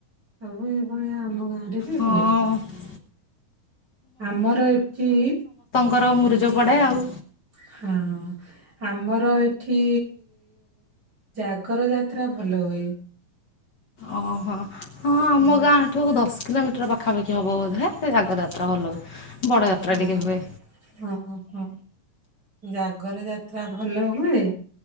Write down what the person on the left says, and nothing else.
ହଁ
କର ମୁରୁଜ ପଡେ ଆଉ।
ଓହୋ। ହଁ ଆମ
ଗାଁ ଠୁ ଦଶ କିଲୋମିଟର ପାଖାପାଖି ହବ ବୋଧେ। ଜାଗର ଯାତ୍ରା ଭଲ ହୁଏ। ବଡ଼ ଯାତ୍ରା
ଟିକେ ହୁଏ